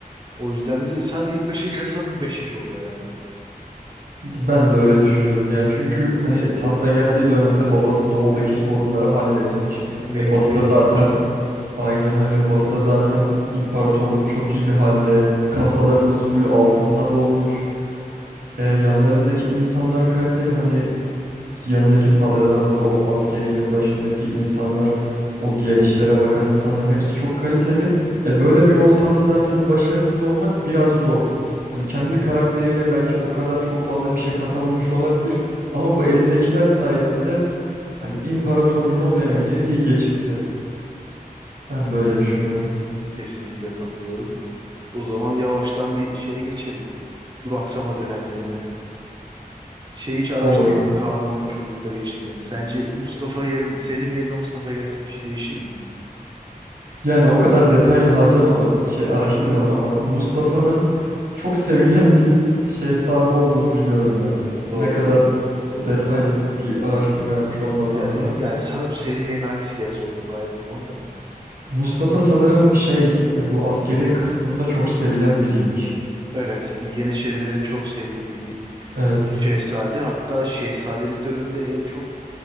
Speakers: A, on the right; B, on the right.
A: O yüzden de sadece ilk 5'e girerse zaten 5. olur herhalde.
B: Ben de öyle
A: Hı,
B: düşünüyorum ya çünkü hani
A: hı.
B: tahta geldiği dönemde babası doğudaki sorunları halletmiş.
A: Memlükleri
B: E, batıda zaten
A: indirmiş.
B: Aynen öyle. Batı'da zaten imparatorluk çok iyi bir halde. Kasalarımız full altınla
A: Hı,
B: dolmuş.
A: hı, hı.
B: Ee, yanlarındaki insanlar kaliteli. Hani s- yanındaki sadrazamlar, o askeriyenin başındaki insanlar, o diğer işlere bakan insanların hepsi çok kaliteli. E böyle bir ortamda zaten başarısız olmak biraz zor. Hani kendi karakteriyle belki o kadar çok fazla bir şey katamamış olabilir. Ama bu elindekiler sayesinde hani imparatorluğun o dönemini iyi geçirtti. Ben böyle düşünüyorum.
A: Kesinlikle katılıyorum. O zaman yavaştan bir şeye geçelim. Duraksama dönemlerine. Şey hiç araştırdın
B: Olur.
A: mı Kanun'un çocukları içinde? Sence Mustafa yerin Selim yerine Mustafa gelse bir şey değişir miydi?
B: Yani o kadar detaylı harcamadım, şey araştırmadım
A: Hı hı
B: ama
A: hı.
B: Mustafa'nın çok sevilen bir s- şehzade olduğunu biliyorum yani.
A: Doğru.
B: Ne kadar
A: Doğru.
B: detaylı bir araştırma yapmış olmasam
A: Ya,
B: da.
A: yani sanırım Selim yerine hangisi gelse olurdu ayrı bir konu da.
B: Mustafa sanırım şey e, bu askeriye kısmında çok sevilen biriymiş.
A: Evet, Yeniçerilerin çok sevdiği bir
B: Evet,
A: şehzade. Hatta şehzadelik döneminde en çok